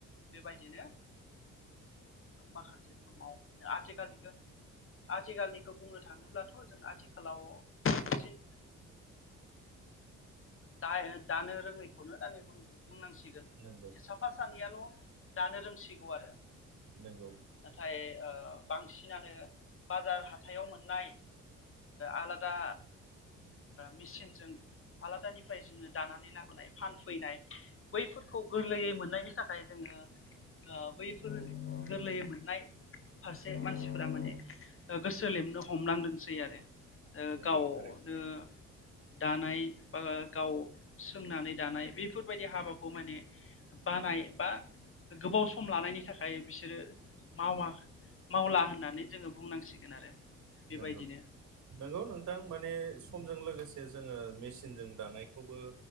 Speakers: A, on the left; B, on the right.
A: बेबायदिनो माखासे समाव आथिखाललिख आथिखालनिखौ बुंनो थाङोब्लाथ' जों आथिखालाव बांसिन द दानो रोङैखौनो दानि बुंनांसिगोन
B: नंगौ
A: साफा सानैयाल' दानो रोंसिगौ आरो
B: नंगौ
A: नाथाय बांसिन बसिनानो बाजार हाथाइाव मोननाय आलादा मेचिनजों आलादानिफ्राय जोङो दानानै लाबोनाय फानफैनाय बैफोरखौ गोरलैयै मोननायनि थाखाय जोङो बैफोर गोरलैयै मोननाय फारसे मानसिफोरा माने गोसो लेमनो हमलांदोंसै आरो।
B: नंगौ
A: गावनो
B: थारैनो
A: दानाय बा गाव सोंनानै दानाय बेफोरबायदि हाबाखौ माने बानाय बा गोबाव सम लानायनि थाखाय बिसोरो मावा मावला होननानै जोङो बुंनांसिगोन आरो बेबायदिनो
B: नंगौ नंगौ नोंथां माने समजों लोगोसे जोङो मचनजोंों दानायखौबो